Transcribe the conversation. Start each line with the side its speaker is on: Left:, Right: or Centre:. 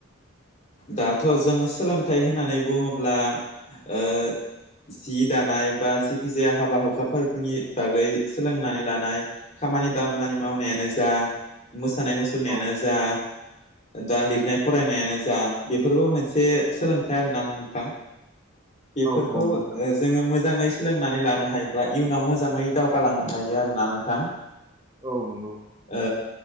Left: दाथ' जोङो सोलोंथाइ होननानै बुङोब्ला ओ जि दानाय बा जिखि जाया हाबा हुखा फोरनि बागै सोलोंनानै लानाय खामानि दामानि
Right: औ
Left: मावनायानो जा मोसानाय मुसुरनायानो
Right: औ
Left: जा दा लिरनाय फरायनायानो जा बेफोरबो मोनसे सोलोंथाइ आरो ना नोंथां, बेफोरखौ
Right: औ औ
Left: ओ
Right: नोंथां
Left: जोङो मोजाङै सोलोंनानै लानो हायोब्ला इयुनाव मोजाङै दावगालांनो हायो आरोना नोंथां।
Right: औ नंगौ।
Left: ओ